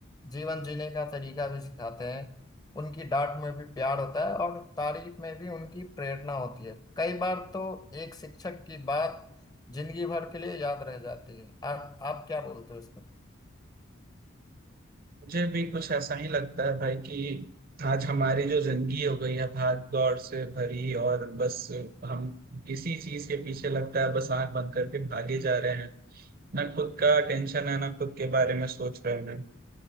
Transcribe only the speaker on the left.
जीवन जीने का तरीका भी सिखाते हैं उनकी डांट में भी प्यार होता है और तारीफ में भी उनकी प्रेरणा होती है कई बार तो एक शिक्षक की बात जिंदगी भर के लिए याद रह जाती है आप आप क्या बोलते हो इस पर